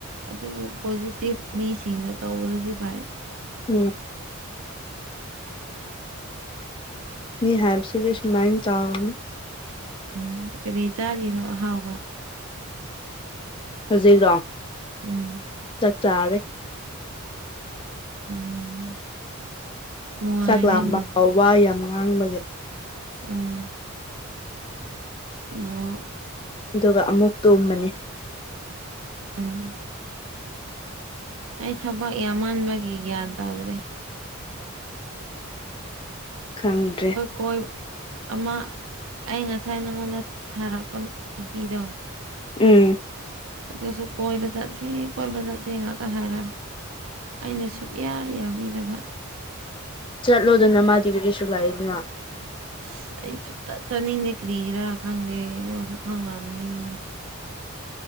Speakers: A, on the right; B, on the left.
A: ꯑꯗꯨꯕꯨ ꯄꯣꯖꯤꯇꯤꯚ ꯃꯤꯁꯤꯡꯒ ꯇꯧꯕꯗꯗꯤ ꯐꯩ
B: ꯎꯝ ꯃꯤ ꯍꯥꯏꯕꯁꯤꯗꯤ ꯁꯨꯃꯥꯏꯅ <unintelligible>
A: ꯎꯝ ꯀꯔꯤ ꯆꯥꯔꯤꯔꯣ ꯑꯍꯥꯎꯕ
B: ꯍꯧꯖꯤꯛꯔꯣ
A: ꯎꯝ
B: ꯆꯥꯛ ꯆꯥꯔꯤ
A: ꯎꯝ ꯅꯨꯡꯉꯥꯏꯔꯦꯅꯦ
B: ꯆꯥꯛ ꯂꯥꯝꯕ ꯋꯥ ꯌꯥꯝ ꯉꯥꯡꯕꯒꯤ
A: ꯎꯝ <unintelligible>
B: ꯑꯗꯨꯒ ꯑꯃꯨꯛ ꯇꯣꯝꯃꯅꯤ
A: ꯎꯝ ꯑꯩ ꯊꯕꯛ ꯌꯥꯝꯃꯥꯟꯕꯒꯤ ꯒ꯭ꯌꯥꯟ ꯇꯥꯗ꯭ꯔꯦ
B: ꯈꯪꯗꯔꯦ
A: ꯀꯣꯏꯕ ꯑꯃ ꯑꯩ ꯉꯁꯥꯏ ꯅꯉꯣꯟꯗ ꯊꯥꯔꯛꯄ ꯅꯨꯄꯤꯗꯣ
B: ꯎꯝ
A: ꯑꯗꯨꯁꯨ ꯀꯣꯏꯕ ꯆꯠꯁꯤ ꯀꯣꯏꯕ ꯆꯠꯁꯤ ꯉꯥꯛꯇ ꯍꯥꯏꯔꯛꯑꯦ ꯑꯩꯅ ꯁꯨꯛꯌꯥ ꯌꯥꯕꯤꯗꯕ
B: ꯆꯠꯂꯣꯗꯅ ꯃꯥꯗꯤ ꯒꯔꯤꯁꯨ ꯂꯥꯏꯗꯅ
A: ꯑꯁ ꯑꯩ ꯁꯨꯛꯆꯠ ꯆꯠꯅꯤꯡꯗꯦ ꯀ꯭ꯔꯤꯒꯤꯔꯥ ꯈꯪꯗꯦ ꯅꯪꯁꯨ ꯈꯪꯉꯝꯅꯤ